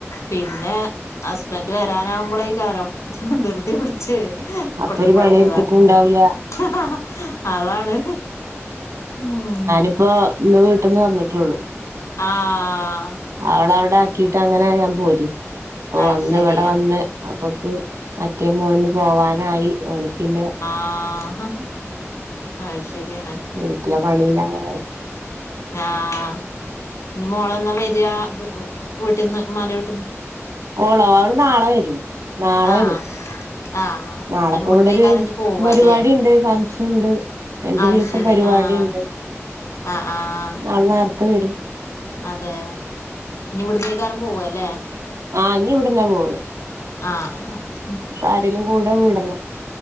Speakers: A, on the left; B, on the right.
A: പിന്നെ ഹസ്ബന്റ് വരാനാവുമ്പോള കാരം ദൃർതി പിട് ച്
B: അപ്പൊ
A: കൊട്ടി
B: ഒരു
A: പടഞ്ഞതാ.
B: പണി എടുത്തിട്ടുണ്ടാവൂല
A: <unintelligible> അതാണ് ഉം.
B: ആ ഇന്ന് വീട്ടിൽന്ന് വന്നിട്ടുള്ളൂ.
A: ആഹ്
B: അവളവിടെ ആക്കിട്ട് അങ്ങനെ ഞാൻ പോരെ അപ്പൊ
A: അത്
B: വന്ന്
A: ശരി
B: ഇവിടെ വന്ന്
A: ആഹ്
B: അപ്പൊക്ക്. മറ്റേ മോന് പോവാനായി ഓനിക്കിന്നെ.
A: ആഹ് ആത് ശരിയാണ്.
B: വീട്ടിലെ പണില്ലങ്ങനെ.
A: ആഹ് ഇഞ്ഞിമോള എന്നാ വെരവീട്ടീന്ന് മ്മാടെ വീട്ട് ന്ന്.
B: ഓളോഓള് നാളെ വരും. നാളെ
A: ആഹ്
B: വരും
A: ആഹ്
B: നാളെപ്പവടൊര്
A: എന്നിട്ട് ഇവിടുന്ന് ഈ കാരം ഇഞ്ഞ് പോവല്ലേ
B: പരിവാടി ഉണ്ട് ഫങ്ഷൻ ണ്ട്. രണ്ടു
A: അത്
B: ദിവസം
A: ശരി
B: പരിപാടി
A: ആഹ്
B: ഉണ്ട്
A: ആഹ് ആഹ്
B: നാളെ നാർത്തെ വരും.
A: അതെ ഇനി വിടന്നയ്കാരം പോവല്ലേ?
B: ആഹ് നിവിടന്നാ പോണ്.
A: ആഹ്..
B: പ്പ ആരെലും കൂടെ വിടണം